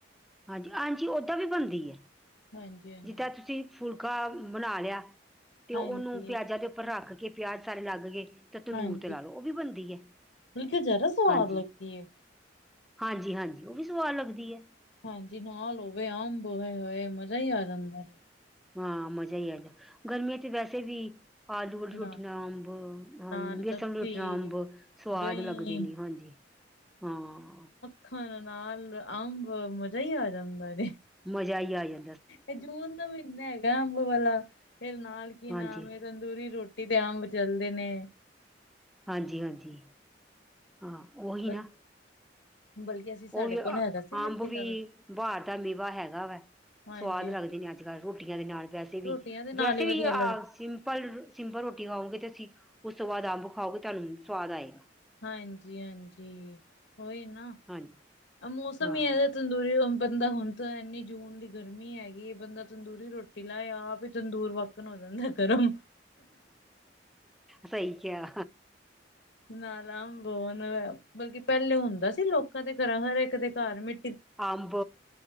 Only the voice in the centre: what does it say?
ਹਾਂਜੀ, ਹਾਂਜੀ ਓਦਾਂ ਵੀ ਬਣਦੀ ਏ।
ਜਿੱਦਾਂ ਤੁਸੀਂ ਫੁਲਕਾ ਬਣਾ ਲਿਆ, ਤੇ
ਉਹਨੂੰ ਪਿਆਜ਼ਾਂ ਦੇ ਉੱਪਰ ਰੱਖ ਕੇ ਪਿਆਜ ਸਾਰੇ ਲੱਗ ਗਏ। ਤੇ ਤੰਦੂਰ
ਤੇ ਲਾ ਲਓ, ਉਹ ਵੀ ਬਣਦੀ ਹੈ।
ਹਾਂਜੀ
ਹਾਂਜੀ- ਹਾਂਜੀ ਉਹ ਵੀ ਸਵਾਦ ਲੱਗਦੀ ਐ।
ਹਾਂ ਮਜ਼ਾ ਹੀ ਆ ਜਾਂਦਾ, ਗਰਮੀਆਂ ਚ ਵੈਸੇ ਵੀ- ਆਲੂ ਵਾਲੀ
ਰੋਟੀ ਨਾਲ ਅੰਬ, ਹ
ਬੇਸਣ
ਰੋਟੀ ਨਾਲ ਅੰਬ- ਸਵਾਦ
ਲੱਗਦੇ ਨੇ, ਹਾਂਜੀ, ਹਾਂ।
ਮਜ਼ਾ ਹੀ ਆ ਜਾ
ਹਾਂਜੀ
ਹਾਂਜੀ- ਹਾਂਜੀ ਹਾਂ ਉਹੀ
ਨਾ।
ਉਹੀ
ਅੰਬ ਵੀ
ਬਹਾਰ ਦਾ ਮੇਵਾ ਹੈਗਾ ਵੈ।
ਸਵਾਦ
ਲੱਗਦੇ ਨੇ ਅੱਜ ਕੱਲ ਰੋਟੀਆਂ ਦੇ ਨਾਲ, ਵੈਸੇ ਵੀ
ਵੈਸੇ
ਵੀ
ਆ ਸਿੰਪਲ ਸਿੰਪਲ ਰੋਟੀ ਖਾਓਗੇ ਤੇ ਉਸ ਤੋ ਬਾਦ ਅੰਬ ਖਾਓਗੇ ਤੁਆਨੂੰ ਸਵਾਦ ਆਏਗਾ।
ਹਾਂਜੀ
ਹਾਂ
ਸਹੀ ਕਆ।
ਅੰਬ